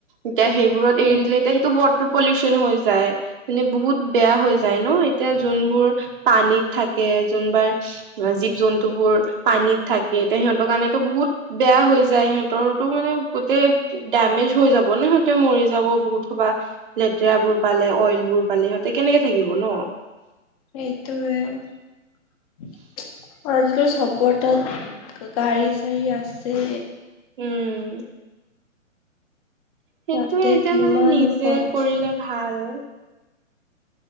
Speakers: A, on the right; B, on the left.
A: এতিয়া সেইবোৰত
B: উম
A: এৰি দিলে এতিয়া সেইটো ৱাটাৰ পলিউচন হৈ যায় মানে বহুত বেয়া হৈ যায় ন এতিয়া যোনবোৰ পানীত থাকে। জুনবাৰ জীৱ জন্তু বোৰ পানীত থাকে তেতিয়া সিহতৰ কাৰনে ত বহুত বেয়া হৈ যায় যাই সিহঁতৰো মানে গোতেই দেমেজ হৈ যাব ন সিহঁতে মৰি যাব বহুত সবা লেতেৰা বোৰ পালে অইল। বোৰ পালি সহতে কেনেকে থাকিব ন?
B: এইটোে আৰু আজিকাল চবৰ তাত গাড়ী চাৰি আছে।
A: উম। সেইটো
B: তাতে
A: এতিয়া
B: কিমান
A: মানে নিজে
B: পলিউচন
A: কৰিলে ভাল।